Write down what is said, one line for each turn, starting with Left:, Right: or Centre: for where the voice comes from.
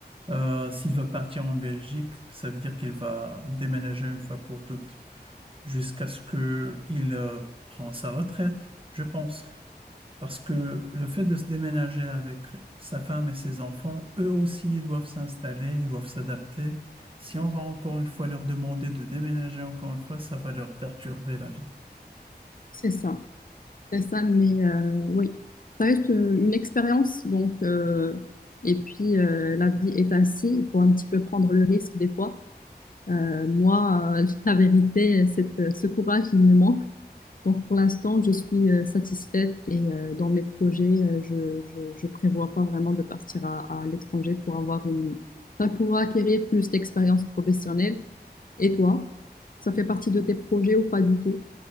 Right: Euh, s'il va partir en Belgique, ça veut dire qu'il va déménager une fois pour toutes, jusqu'à ce que il euh, prend sa retraite, je pense. Parce que le fait de se déménager avec sa femme et ses enfants, eux aussi, ils doivent s'installer, ils doivent s'adapter. Si on va encore une fois leur demander de déménager encore une fois, ça va leur perturber la vie.
Left: C'est ça, c'est ça, mais euh, oui, ça reste euh, une expérience, donc, euh, et puis euh, la vie est ainsi, il faut un petit peu prendre le risque des fois. Euh, moi, euh, <laughs> la vérité, c'est, euh, ce courage, il me manque. Donc pour l'instant, je suis euh, satisfaite et euh, dans mes projets, euh, je, je, je prévois pas vraiment de partir à, à l'étranger pour avoir une, enfin, pour acquérir plus d'expérience professionnelle. Et toi, ça fait partie de tes projets ou pas du tout?